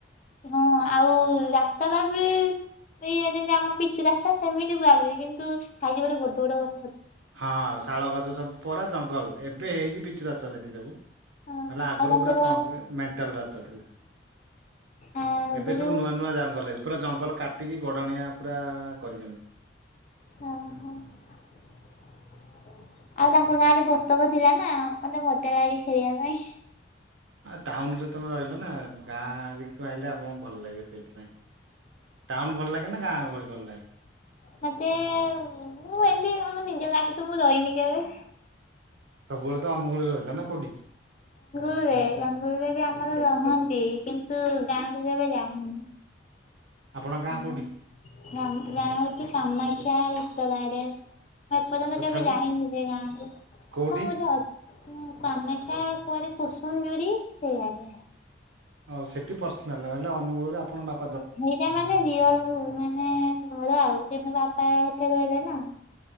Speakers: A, on the left; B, on the right.
A: ହଁ ଆଉ ରାସ୍ତାଟା ବି ଇଏ ଯେମିତି ଆମ ପିଚୁ ରାସ୍ତା ସେମିତି ପୁରା ପୁରି କିନ୍ତୁ ସାଇଟରେ ଗୋଟେ ବଡ ବଡ ଗସ୍
B: ହଁ ଶାଳ ଗଛ ସବୁ ପରା ଜଙ୍ଗଲ ଏବେ ହେଇଛି ପିଚୁ ରାସ୍ତା ସେଠି ସବୁ। ନହେଲେ
A: ହଁ
B: ଆଗରୁ
A: ଆଉ ତାଙ୍କର
B: ପୁରା କଣ
A: ହଁ
B: ମେଣ୍ଟାଲ ରଥ ଥିଲା।
A: ଆ
B: ଏବେ
A: ଗୁରୁ
B: ସବୁ ନୂଆ ନୂଆ ଜଙ୍ଗଲ ହେଇ ପୁରା ଜଙ୍ଗଲ କାଟିକି ଗଡଣିଆ ପୁରା କରିଛନ୍ତି।
A: ହଁ ହଁ। ଆଉ ତାଙ୍କ ଗାଁରେ ବତକ ଥିଲା ନା ମତେ ମଜା ଲାଗେ ଖେଳିବା ପାଇଁ।
B: ଆ ଟାଉନ ରେ ତମେ ରହିଲ ନା ଗାଁରେ ଆଇଲେ ଆପଣଙ୍କୁ ଭଲ ଲାଗିବ ସେଇଠି ସେଥିପାଇଁ ଟାଉନ ଭଲ ଲାଗେ ନା ଗାଁ ଗହଳି ଭଲ ଲାଗେ?
A: ମତେ ମୁଁ ଏମିତି ଆମ ନିଜେ ଗାଁରେ ତ ମୁଁ ରହିନି କେବେ?
B: ସବୁବେଳେ ତ ଅନୁଗୂଳରେ ରହିଲ ନା କୋଉଠି?
A: ଅନୁଗୁଳରେ। ଅନୁଗୁଳରେ ବି ଆମର ରହନ୍ତି କିନ୍ତୁ ଗାଁକୁ କେବେ ଯାଇନି।
B: ଆପଣଙ୍କ ଗାଁ
A: ଆମ
B: କୋଉଠି?
A: ଆମ ଗାଁ ହୋଉଛି କାମାକ୍ଷା ଭିତର ଆଡେ। ମୁଁ ଏପର୍ଯ୍ୟନ୍ତ
B: ତଥାପି
A: କେବେ ଯାଇନି ସେ ଗାଁକୁ।
B: କୋଉଠି
A: କଣ ଗୋଟେ ଅଛି କାମାକ୍ଷା କୁଆଡେ କୁସୁମଜୁରି ସେଇ ଆଡେ
B: ଓ ସେଠି ପାର୍ସୀନାଲ ହେଲେ ଅନୁଗୁଳରେ ଆପଣ ବାପ
A: ହେଇଟା ମାନେ ରିଅଲ ମାନେ ଘର ଆଉ ତମ ବାପା ହେଠୀ ରହିବେ ନା